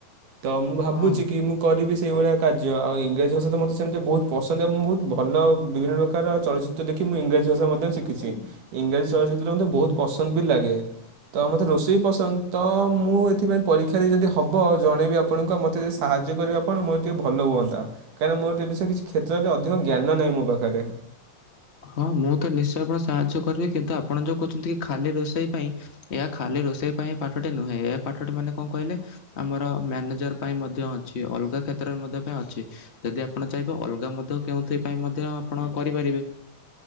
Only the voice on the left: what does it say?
ହଁ।
ଏଇଟା
କଣ
ଖାଉନୁ?
ହଁ ମୁଁ ତ ନିଶ୍ଚୟ ଆପଣଙ୍କୁ ସାହାଯ୍ୟ କରିବି, କିନ୍ତୁ ଆପଣ ଯୋଉ କହୁଚନ୍ତି କି ଖାଲି ରୋଷେଇ ପାଇଁ ଏହା ଖାଲି ରୋଷେଇ ପାଇଁ ପାଠଟି ନୁହେଁ, ଏ ପାଠଟି ମାନେ କଣ କହିଲେ ଆମର ମ୍ୟାନେଜର୍ ପାଇଁ ମଧ୍ୟ ଅଛି, ଅଲଗା କ୍ଷେତ୍ରରେ ମଧ୍ୟ ପାଇଁ ଅଛି। ଯଦି ଆପଣ ଚାହିଁବେ ଅଲଗା ମଧ୍ୟ କେଉଁଥି ପାଇଁ ମଧ୍ୟ ଆପଣ କରିପାରିବେ।